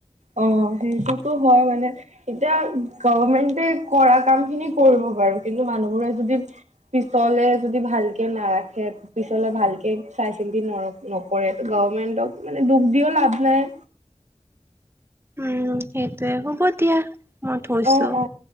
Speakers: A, on the right; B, on the right.
A: অ সেইটোতো হয় মানে - এতিয়া গভমেন্টে কৰা কাম খিনি কৰিব পাৰো কিন্তু মানুহবোৰে যদি - পিছলে যদি ভালকে নাৰাখে - পিছলে ভালকে চাই চিন্তি নৰ নকৰে গভমেন্টক মানে দুখ দিও লাভ নাই।
B: উম, সেইটোয়ে, হ'ব দিয়া। মই থৈছো
A: অ অ অ,